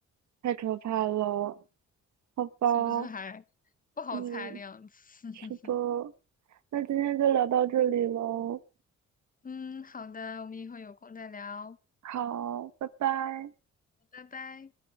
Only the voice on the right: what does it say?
太可怕了，好吧，
嗯，
是的，那今天就聊到这里喽，
好，拜拜。